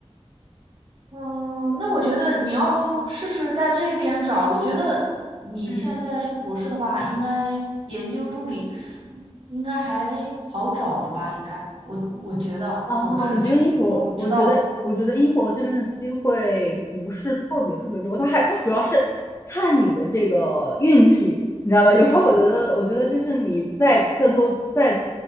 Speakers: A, on the right (about 65°); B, on the left (about 25°).
A: 嗯，那我觉得你要不试试在这边找？我觉得你现在是博士的话，
B: 嗯。
A: 应该研究助理应该还好找的吧？应该，我我觉得，
B: 啊，
A: 我个人
B: 我觉得英国，
A: <laughs> 觉得，我不知道。
B: 我觉得，我觉得英国这边的机会不是特别特别多，它还它主要是看你的这个运气，你知道吧？有时候我觉得，我觉得就是你再再多再